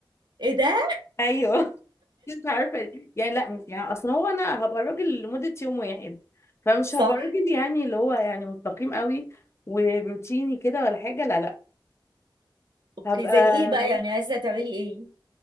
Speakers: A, on the right (about 60°); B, on the left (about 30°).
A: ايه ده
B: ايوه <laughs> مش عارفه يعني لا مش- يعني اصلا هو انا هبقى راجل لمده يوم واحد فمش
A: صح
B: هبقى راجل يعني اللي هو يعني مستقيم قوي وروتيني كده ولا حاجه لا لا
A: اوكي
B: هبقى
A: زي ايه بقى يعني عايزه تعملي ايه